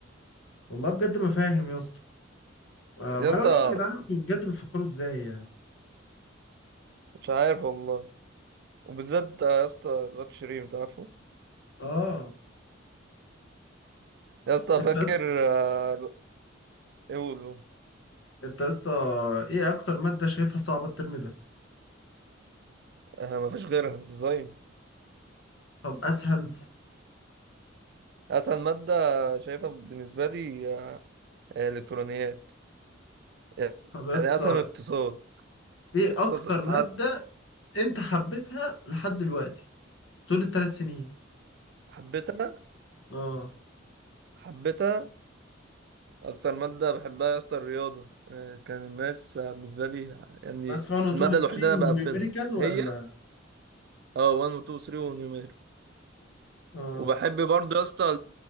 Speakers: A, on the left (about 70°); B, on the right (about 55°).
A: والله بجد ما فاهم يا اسطى آه، ما
B: يا اسطى
A: لو لو يا جدعان انتوا بجد بتفكروا ازاي يعني
B: مش عارف والله وبالذات ده يا اسطى الواد شريف ده عارفه
A: اه
B: يا اسطى
A: انت
B: فاكر
A: يا اسطى-
B: آه، ايه هو-
A: انت يا اسطى ايه اكتر ماده شايفها صعبه الترم ده
B: آه، مفيش غيرها ديزاين
A: طب اسهل
B: اسهل مادة شايفها بالنسبة لي آه، الكترونيات يعني
A: طب يا اسطى
B: اسهل من اقتصاد
A: ايه
B: اقتصاد
A: اكتر ماده
B: ساعات
A: انت حبيتها لحد دلوقتي طول الثلاث سنين
B: حبيتها
A: اه
B: حبيتها اكتر مادة بحبها يا اسطى الرياضة آه، كان الماس آه، بالنسبة لي يعني
A: بس 1 و 2
B: المادة
A: و 3
B: الوحيدة
A: ونيوميريكال
B: اللي انا بقفلها
A: ولا
B: هي اه 1 و 2 و 3 ونيوميريك
A: اه
B: وبحب برضه يا اسطى